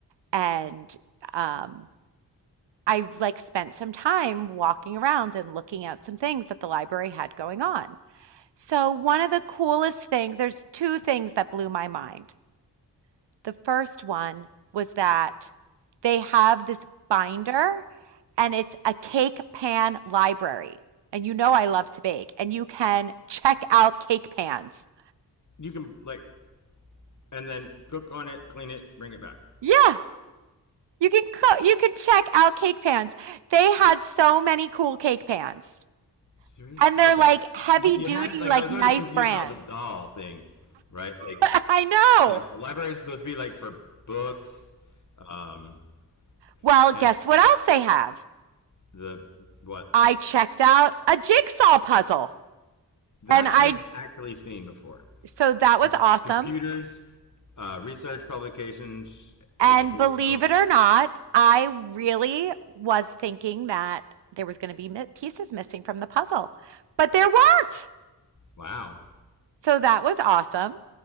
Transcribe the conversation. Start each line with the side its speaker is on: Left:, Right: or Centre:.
Right: And um I like spent some time walking around and looking at some things that the library had going on. So, one of the coolest things, there's two things that blew my mind. The first one was that they have this binder and it's a cake pan library. And you know I love to bake and you can check out cake pans.
Left: You can like, and then cook on it, clean it, bring it back.
Right: Yeah, you can cook, you can check out cake pans. They had so many cool cake pans.
Left: Seriously?
Right: And they're
Left: Okay.
Right: like heavy
Left: You
Right: duty
Left: had like
Right: like
Left: I was
Right: nice
Left: already confused
Right: brands.
Left: about the doll thing, right? Like
Right: <laughs> I know.
Left: you know, a library is supposed to be like for books, um,
Right: Well,
Left: hence
Right: guess what else they have?
Left: the what
Right: I checked out a jigsaw puzzle.
Left: that
Right: And I,
Left: I've actually seen before.
Right: so that was
Left: Com-
Right: awesome.
Left: computers, uh, research publications,
Right: And
Left: educational.
Right: believe it or not, I really was thinking that there was going to be mi- pieces missing from the puzzle, but there weren't.
Left: Wow.
Right: So that was awesome.